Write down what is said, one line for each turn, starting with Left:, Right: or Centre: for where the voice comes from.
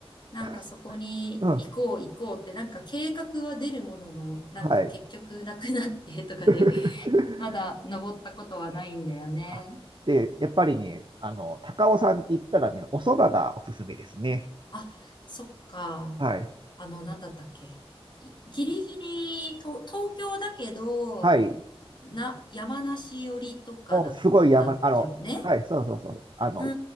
Left: なんかそこに行こう行こうって、
Right: 確か、うん、
Left: なんか計画は出るものの、なんか結局なくなってとかで、
Right: はい。<laughs>
Left: <laughs> まだ登ったことはないんだよね。
Right: あで、やっぱりね、あの、高尾山って言ったらね、お蕎麦がおすすめですね。
Left: あ、そっか。
Right: はい。
Left: あの、なんだったっけ。いギリギリ、と東京だけど、
Right: はい。
Left: な、山梨寄りとかだったよね。
Right: もうすごい山、あの、はい、そうそうそう。あの、
Left: うー